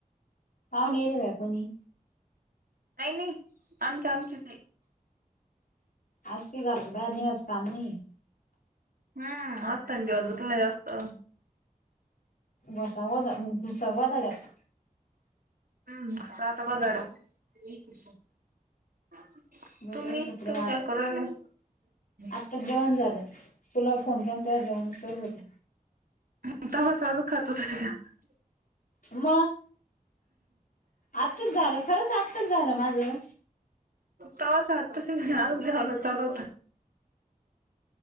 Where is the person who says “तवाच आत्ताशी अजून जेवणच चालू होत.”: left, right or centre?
Right